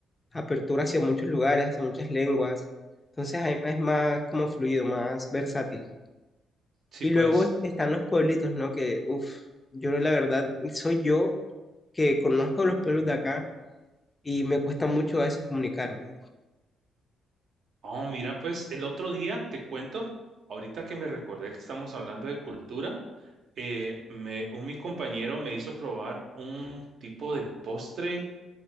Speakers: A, on the left; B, on the right.
A: apertura hacia muchos lugares, hacia muchas lenguas. Entonces hay- es más como fluido, más versátil.
B: Sí,
A: Y
B: pues.
A: luego están los pueblitos, ¿no? Que, uff, yo la verdad, soy yo que conozco los pueblos de acá y me cuesta mucho a veces comunicarme.
B: Oh, mira, pues el otro día te cuento, ahorita que me recordé que estamos hablando de cultura, eh, me, un mi compañero me hizo probar un tipo de postre,